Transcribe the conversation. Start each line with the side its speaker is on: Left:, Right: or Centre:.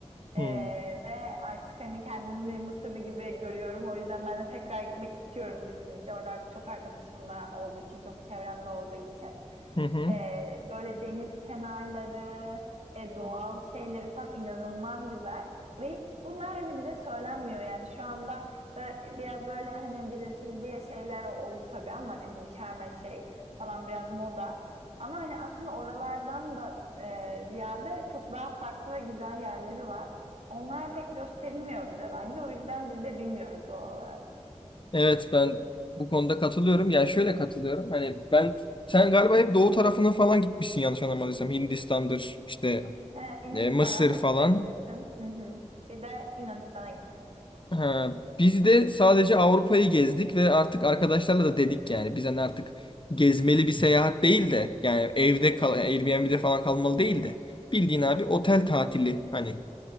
Left: Hı
Right: Ee, ve artık hani kendimi bir Mısırlı gibi görüyorum. O yüzden ben de tekrar gitmek istiyorum kesinlikle. Orada artık çok arkadaşım da olduğu için, çok çevremde olduğu için.
Left: hı. hı.
Right: Ee, böyle deniz kenarları, e, doğal şeyleri falan inanılmaz güzel. Ve hiç bunlar hani bize söylenmiyor yani şu anda da biraz böyle hani vizesiz diye şeyler oldu tabii ama ne bileyim Şarm şey falan biraz moda. Ama hani aslında oralardan da e, ziyade çok daha farklı ve güzel yerleri var. Onlar pek gösterilmiyor bize bence. O yüzden biz de bilmiyoruz doğal olarak.
Left: Evet ben bu konuda katılıyorum. Yani şöyle katılıyorum. Hani ben sen galiba hep doğu tarafına falan gitmişsin yanlış anlamadıysam. Hindistan'dır işte
Right: Ee, Hindistan'a,
Left: e, Mısır
Right: Mısır'a
Left: falan.
Right: gittim. Hı hı. Bir de Yunanistan'a gittim.
Left: Ha, biz de sadece Avrupa'yı gezdik ve artık arkadaşlarla da dedik yani. Biz hani artık gezmeli bir seyahat değil de yani evde kal yani Airbnb'de falan kalmalı değil de bildiğin abi otel tatili hani